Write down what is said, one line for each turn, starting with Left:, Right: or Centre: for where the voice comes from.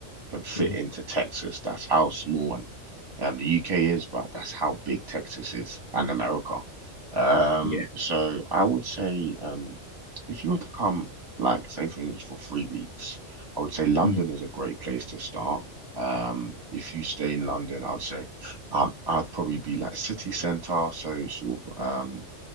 Right: can fit
Left: Mhm.
Right: into Texas. That's how small and um, the UK is, but that's how big Texas is and America. Um,
Left: Yeah.
Right: so I would say um, if you were to come, like, say, for instance, for three weeks, I would say London
Left: Mhm.
Right: is a great place to start. Um, if you stay in London, I'd say I'd, I'd probably be like city centre, so sort of um,